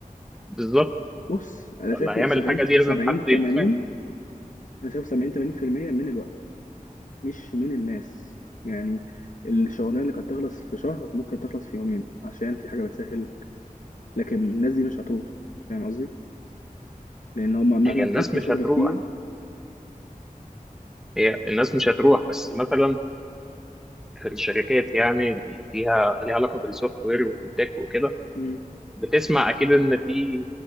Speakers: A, in the centre; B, on the left (about 60°).
A: بالظبط
B: بص انا
A: اللي
B: شايفه
A: هيعمل
B: 70
A: الحاجه دي لازم
B: 70
A: حد
B: 80
A: يبقى فاهم
B: انا شايفه 70 80% من الوقت مش من الناس يعني الشغلانه اللي كانت تخلص في شهر ممكن تخلص في يومين عشان في حاجه بتسهل لكن الناس دي مش هتروح فاهم قصدي لان هم مهما
A: هي الناس
B: كان في
A: مش
B: شغل
A: هتروح
B: كتير
A: هي الناس مش هتروح بس مثلا في الشركات يعني اللي فيها ليها علاقه بالسوفت وير والتك وكده
B: امم
A: بتسمع اكيد ان في